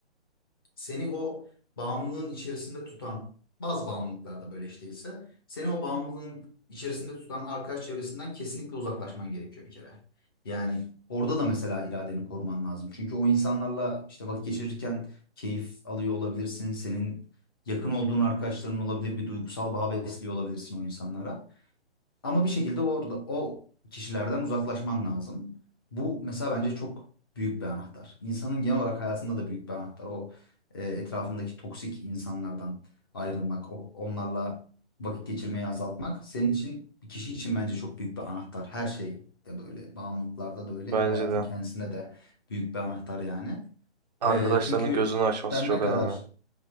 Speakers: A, on the left; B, on the right.
A: seni o bağımlılığın içerisinde tutan bazı bağımlılıklarda böyle iş değilse seni o bağımlılığın içerisinde tutan arkadaş çevresinden kesinlikle uzaklaşman gerekiyor bir kere. Yani orada da mesela iradeni koruman lazım. Çünkü o insanlarla işte vakit geçirirken keyif alıyor olabilirsin. Senin yakın olduğun arkadaşların olabilir. Bir duygusal bağ besliyor olabilirsin o insanlara. Ama bir şekilde orada o kişilerden uzaklaşman lazım. Bu mesela bence çok büyük bir anahtar. İnsanın genel olarak hayatında da büyük bir anahtar. O e, etrafındaki toksik insanlardan ayrılmak, o- onlarla vakit geçirmeyi azaltmak senin için bir kişi için bence çok büyük bir anahtar. Her şey de böyle, bağımlılıklarda da öyle,
B: Bence
A: hayatın
B: de.
A: kendisine de büyük bir anahtar yani.
B: Arkadaşlarının
A: E, çünkü
B: gözünü açması
A: sen
B: çok
A: ne
B: önemli.
A: kadar